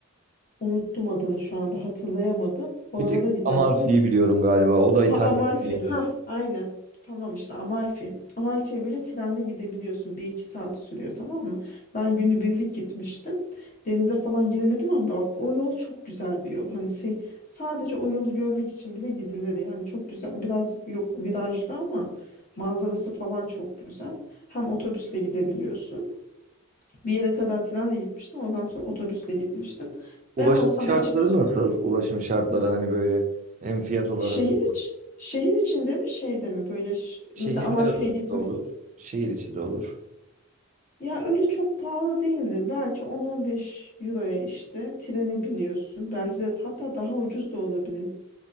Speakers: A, on the left; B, on the right.
A: unuttum adını şu anda hatırlayamadım. Oralara
B: Bir tek
A: gidersiniz.
B: Amalfi'yi biliyorum galiba. O da İtalya'da
A: Ha Amalfi.
B: olabilir.
A: Ha aynen. Tamam işte Amalfi. Amalfi'ye böyle trenle gidebiliyorsun. Bir iki saat sürüyor tamam mı? Ben günübirlik gitmiştim. Denize falan giremedim ama bak o yol çok güzel bir yol. Hani şey, sadece o yolu görmek için bile gidilir yani. Çok güzel. Biraz yok virajlı ama manzarası falan çok güzel. Hem otobüsle gidebiliyorsun. Bir yere kadar trenle gitmiştim. Oradan sonra otobüsle gitmiştim.
B: Ulaşım
A: Ben olsam
B: şartları
A: açık
B: nasıl? Ulaşım şartları hani böyle hem fiyat olarak
A: Şehir iç, şehir içinde mi şeyde mi böyle ş-
B: şehirler
A: mesela Amalfi'ye
B: arası
A: gitme.
B: da olur. Şehir içi de olur.
A: Ya öyle çok pahalı değildi. Belki on on beş euroya işte trene biniyorsun. Belki de hatta daha ucuz da olabilir.